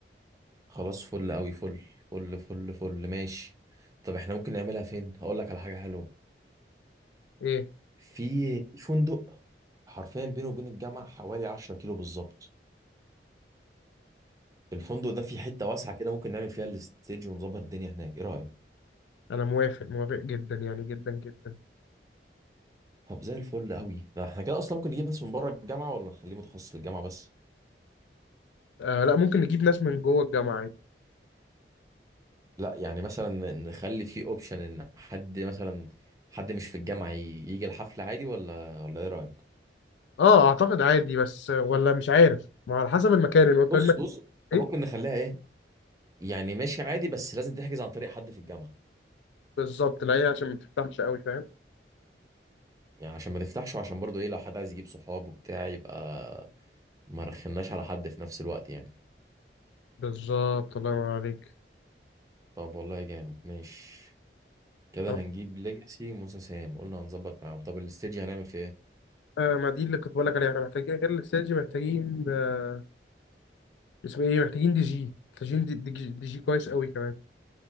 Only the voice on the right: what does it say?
خلاص فل قوي فل فل فل فل ماشي طب احنا ممكن نعملها فين هقول لك على حاجه حلوه
في في فندق حرفيا بينه وبين الجامعه حوالي 10 كيلو بالظبط الفندق ده فيه حته واسعه كده ممكن نعمل فيها الاستيج ونظبط الدنيا هناك ايه رايك
طب زي الفل قوي ده احنا كده اصلا ممكن نجيب ناس من بره الجامعه ولا نخليه متخصص للجامعه بس
لا يعني مثلا نخلي فيه اوبشن ان حد مثلا حد مش في الجامعه ي- يجي الحفله عادي ولا ولا ايه رايك
بص
بص احنا
ممكن نخليها يعني ماشي عادي بس لازم تحجز عن طريق حد في الجامعة
يعني عشان ما تفتحش وعشان برضو ايه لو حد عايز يجيب صحاب وبتاع يبقى ما رخناش على حد في نفس الوقت يعني
طب والله جامد ماشي كده
هنجيب ليجاسي وموسى سام قلنا هنظبط معاهم طب الاستديو هنعمل فيه ايه